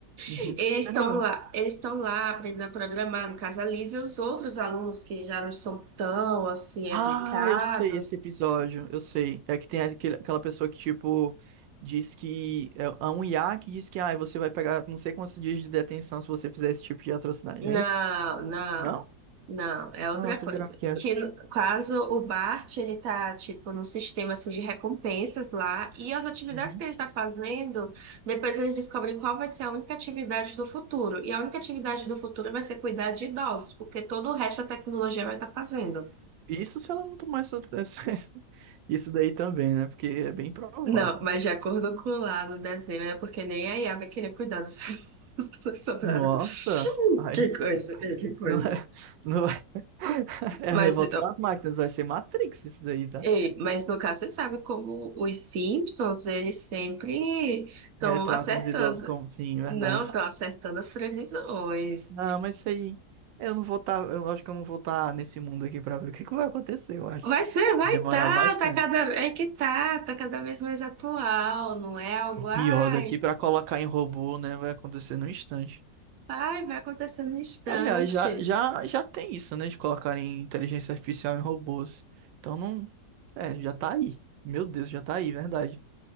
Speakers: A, on the right; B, on the right.
A: Uhum.
B: Eles
A: Sem
B: estão
A: problema.
B: lá, eles estão lá aprendendo a programar, no caso a Lisa e os outros alunos que já não são tão, assim,
A: Ah,
B: aplicados,
A: eu sei esse episódio, eu sei. É que tem aquele- aquela pessoa que, tipo, diz que. É é um IA que diz que ah, você vai pegar não sei quantos dias de detenção se você fizer esse tipo de atrocidade,
B: Não,
A: não é isso?
B: não,
A: Não?
B: não, é outra
A: Nossa,
B: coisa.
A: eu jurava que era.
B: Que no caso o Bart ele tá tipo num sistema assim de recompensas lá e as atividades
A: Uhum.
B: que ele está fazendo, depois eles descobrem qual vai ser a única atividade do futuro. E a única atividade do futuro vai ser cuidar de idosos, porque todo o resto da tecnologia vai estar fazendo.
A: Isso se ela não tomar essa- <laughs> Isso daí também, né? Porque é bem provável.
B: Não, mas de acordo com lá no desenho é porque nem a IA vai querer cuidar dos <laughs> dos que sobraram.
A: Nossa! Ai,
B: Que coisa, é, que coisa.
A: não é. Não <laughs> É
B: Mas
A: a revolta das máquinas, vai ser Matrix isso daí, tá?
B: Ei, mas no caso, você sabe como os Simpsons, eles sempre estão
A: Retratam
B: acertando.
A: os idosos como, sim, verdade.
B: Não, estão acertando as previsões.
A: Não, mas isso aí, eu não vou estar, eu acho que eu não vou estar nesse mundo aqui pra ver o que que vai acontecer, eu acho.
B: Vai ser, vai
A: Demorar
B: tá,
A: bastante.
B: tá cada, é que tá, tá cada vez mais atual, não é algo,
A: O
B: ai,
A: pior daqui pra colocar em robô, né, vai acontecer num instante.
B: vai, vai acontecer no instante.
A: Aliás, já, já, já tem isso, né, de colocar em inteligência artificial em robôs. Então não, é, já tá aí. Meu Deus, já tá aí, verdade.